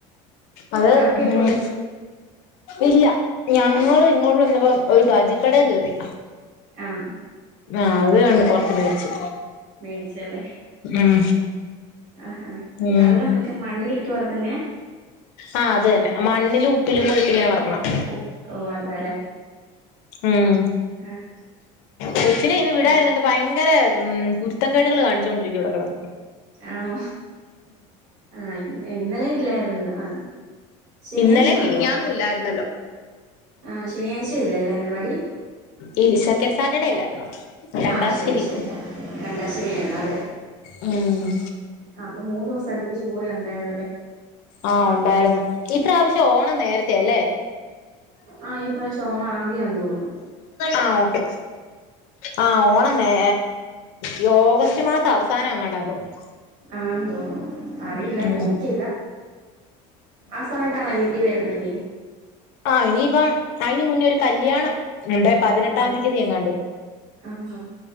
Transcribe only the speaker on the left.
അത്
മ്മ്
ഇല്ല ഞങ്ങള് ഇങ്ങോട്ട് വന്നപ്പോ ഒരു ബജിക്കടെ കേറി
ആഹ് അത് കുറച്ച് മേടിച്ചു
ഉം
ഉം
ആഹ് അത് തന്നെ മണ്ണിലും ഉപ്പിലും കൂടി ഇട്ട് ഇങ്ങനെ വറക്ക ണം
മ്മ്
കൊച്ചിനെ ഇന്ന് വിടായിരുന്നിട്ട്
ഭയങ്കര ഭയങ്കര മ്മ് കുരുത്തക്കേടുകൾ കാണിച്ചു കൊണ്ടിരിക്കുവാ ഇവിടെ കിടന്ന്
ഇന്നലെ മിനിഞ്ഞാന്നും
ഇല്ലായിരുന്നല്ലോ
ഈ സെക്കൻഡ് സാറ്റർഡേ അല്ലായിരുന്നോ രണ്ടാം
ശനി
മ്മ്
ആഹ് ഉണ്ടായിരുന്നു ഇപ്രാവശ്യം ഓണം നേരത്തെയാല്ലേ
ആ ഓക്കെ ആ ഓണം നേ ഈ ഓഗസ്റ്റ് മാസം അവസാനം അങ്ങാണ്ട തോന്നുന്നു
ഉം
ആ ഇനിയിപ്പം അയിന് മുന്നേ ഒരു കല്യാണം എണ്ട് പതിനെട്ടാം
തീയതി എങ്ങാണ്ട്